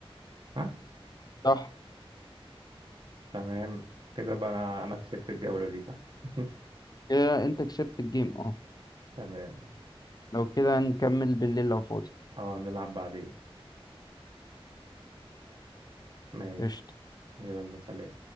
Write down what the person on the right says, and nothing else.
ها
تمام كده بقى انا أنا كسبت الجولة دي صح <laughs>
تمام
اه نلعب بعدين ماشي
يلا سلام